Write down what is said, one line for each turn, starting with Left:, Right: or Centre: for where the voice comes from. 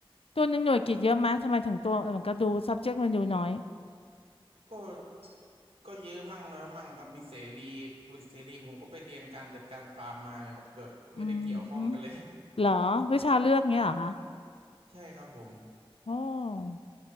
Left: ตัวหนึ่งหน่วยกิตเยอะไหมทำไมถึงตัวเออมันก็ดู subject มันดูน้อย
Right: ก็ก็เยอะมั่งน้อยมั่งครับมีเสรีเสรีผมก็ไปเรียนการจัดการฟาร์มมาครับแบบไม่ได้เกี่ยวข้องกันเลย
Left: อืมฮึเหรอ วิชาเลือกเงี้ยเหรอคะ
Right: <laughs> ครับใช่ครับผม
Left: โอ้